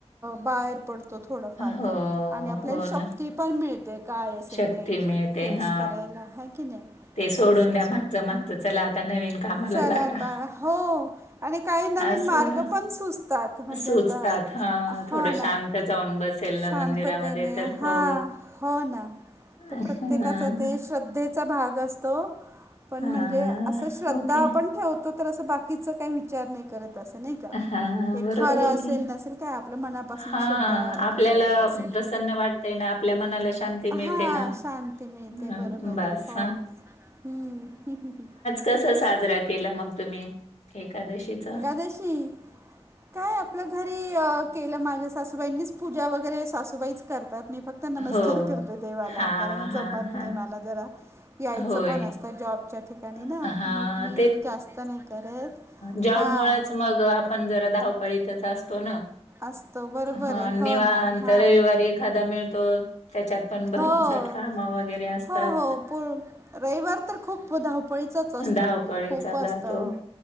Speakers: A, on the right; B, on the left.
A: बाहेर पडतो - थोडंफार
B: हो
A: तरी आणि आपल्याला
B: हो
A: शक्ती
B: ना
A: पण मिळते काय असेल
B: शक्ती
A: ते.
B: मिळते
A: फेस
B: हा
A: करायला हाय की नाही.
B: ते सोडून
A: असं
B: द्या मागचं माग. तर चला आता नवीन कामाला
A: चला
B: लागा
A: आता हो आणि काही नवीन
B: असं.
A: मार्ग पण सुचतात म्हणजे
B: सुचतात
A: आता
B: हा
A: हो
B: थोडं
A: ना
B: शांत जाऊन बसेल ना
A: शांततेने
B: मंदिरामध्ये तर
A: हां
B: हो.
A: हो ना
B: हा
A: तर प्रत्येकाच ते. श्रद्धेचा भाग असतो पण
B: हा
A: म्हणजे- असं श्रद्धा
B: ओके
A: आपण ठेवतो तर अस बाकीच काही विचार नाही करत असं नाही.
B: हा
A: हे
B: बरोबर
A: खरं असेल
B: आहे की
A: नसेल काय आपलं मनापासून
B: हां,
A: शुद्धा
B: आपल्याला
A: ठेवायची अस.
B: प्रसन्न वाटतंय ना, आपल्या मनाला शांती मिळते
A: हा
B: ना.
A: शांती मिळते
B: अ,
A: बरोबर
B: बस
A: हो ना हम्म. हं.
B: कसा? साजरा केलं मग तुम्ही एकादशीचा.
A: एकादशी. काय आपलं घरी केलं माझ्या सासूबाईंनीच पूजा वगैरे सासूबाईच करतात मी फक्त- फक्त नमस्कार
B: हो.
A: करते देवाला
B: हां,
A: कारण
B: हां,
A: जमत
B: हां.
A: नाही मला. जरा यायच
B: होय.
A: पण असत जॉबच्या ठिकाणी. ठिकाणी
B: हां,
A: ना मग मी जास्त नाही करत.
B: जॉब
A: हां
B: मुळच मग आपण जरा धावपळी तच असतो ना.
A: असतो बरोबर
B: हा
A: आहे
B: निवांत
A: हो ना हां
B: रविवारी एखादा मिळतो त्याच्यात. पण भरमसाठ
A: हो
B: कामं वगैरे असतात.
A: हो हो पूर रविवार तर खूप धावपळीचाच असतो
B: धाव
A: म्हणजे
B: पळीचा
A: खूप असतं
B: जातो.